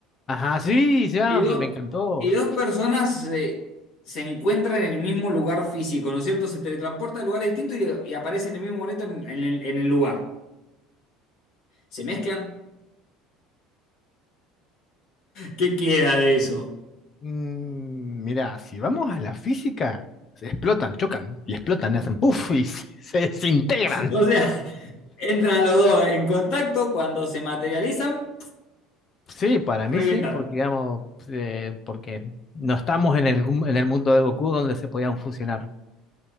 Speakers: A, on the left; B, on the left.
A: ajá, sí, ya,
B: Y, do-
A: pues me encantó.
B: y dos personas eh, se encuentran en el mismo lugar físico, ¿no es cierto? Se teletransportan a lugares distintos y, y aparecen en el mismo momento en, en el, en el lugar. ¿Se mezclan? ¿Qué queda de eso?
A: Mm, mira, si vamos a la física, se explotan, chocan y explotan, y hacen puff y se, se desintegran.
B: O sea, <laughs> entran los dos en contacto, cuando se materializan,
A: Sí, para
B: revientan.
A: mí sí, porque digamos, eh, porque no estamos en el, gu- en el mundo de Goku donde se podían fusionar.